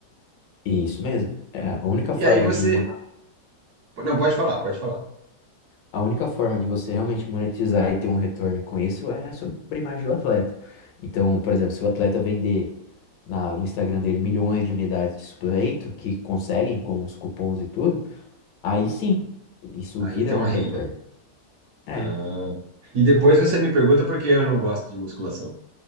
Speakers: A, on the left (about 80°); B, on the right (about 70°).
A: É isso mesmo. É a única
B: E
A: forma
B: aí você.
A: de
B: Não, pode falar, pode falar.
A: A única forma de você realmente monetizar e ter um retorno com isso é sobre a imagem do atleta. Então, por exemplo, se o atleta vender na- no Instagram dele milhões de unidades de suplemento, que conseguem com os cupons e tudo, aí sim, isso
B: Aí
A: vira
B: ele tem
A: um
B: uma renda.
A: retorno. É.
B: Ah, E depois você me pergunta por que eu não gosto de musculação.